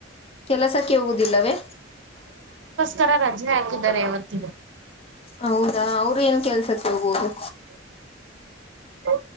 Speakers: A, on the left; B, on the right.
A: ಕೆಲಸಕ್ಕೆ ಹೋಗುದಿಲ್ಲವೇ
B: ತರ ರಜೆ ಹಾಕಿದ್ದಾರೆ ಇವತ್ತ
A: ಹೌದಾ ಅವರು ಏನು ಕೆಲ್ಸಕ್ಕೆ ಹೋಗೋದು
B: ಹ